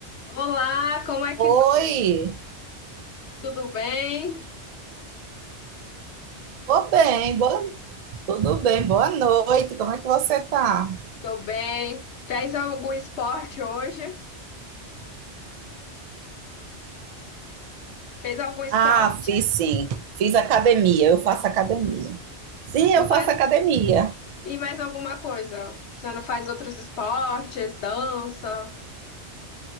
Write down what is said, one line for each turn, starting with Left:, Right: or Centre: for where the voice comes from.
Left: Olá, como é que
Right: Oi,
Left: vai? Tudo bem?
Right: tô bem, boa- tudo bem, boa noite, como é que você tá?
Left: Tô bem. Fez algum esporte hoje? Fez algum esporte?
Right: Ah, fiz sim, fiz academia, eu faço academia. Sim,
Left: Não
Right: eu
Left: faz?
Right: faço academia.
Left: E mais alguma coisa? Você não faz outros esportes? Dança?